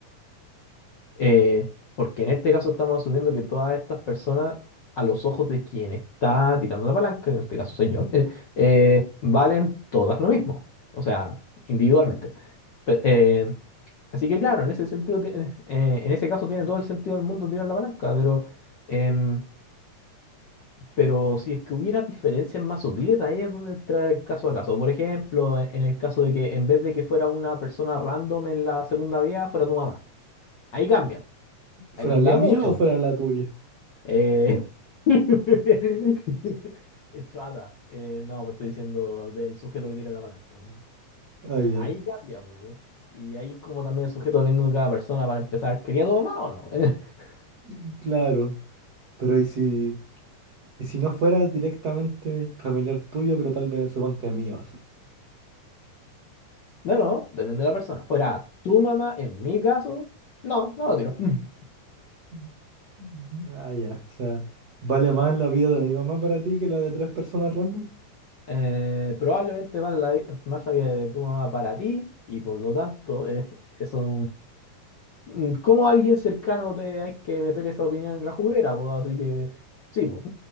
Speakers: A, on the left; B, on the right.
A: Eh, porque en este caso estamos asumiendo que todas estas personas, a los ojos de quien está tirando la palanca, en este caso soy yo, eh, eh, valen todas lo mismo, o sea, individualmente. Pe- eh, así que claro, en ese sentido tiene- eh, en ese caso tiene todo el sentido del mundo tirar la palanca, pero, em, pero si es que hubiera diferencias más sutiles, ahí es donde entra el caso a caso. Por ejemplo, en en el caso de que en vez de que fuera una persona random en la segunda vía, fuera tu mamá. Ahí cambia,
B: ¿Fuera
A: ahí cambia
B: la mía
A: mucho.
B: o fuera la tuya?
A: Eh, <laughs> Chuata. Eh, no, pues estoy diciendo del sujeto que tira la palanca.
B: Ah,
A: Ah,
B: ya.
A: Ahí cambia, po, Y ahí como también el sujeto depende de cada persona para empezar, ¿quería tu mamá o no? <laughs>
B: Mm, Claro. Pero ¿y si, y si no fuera directamente familiar tuyo, pero tal vez suponte mío, así?
A: no, no, depende de la persona. Fuera tu mamá, en mi caso, no, no lo tiro. <laughs>
B: Mm. Ah, ya. O sea, ¿vale más la vida de mi mamá para ti que la de tres personas random?
A: Eh, probablemente vale la vi- más la vida de tu mamá para ti y por lo tanto eh, eso es un- mm, como alguien cercano te hay que meter esa opinión en la juguera, po, así que sí, po.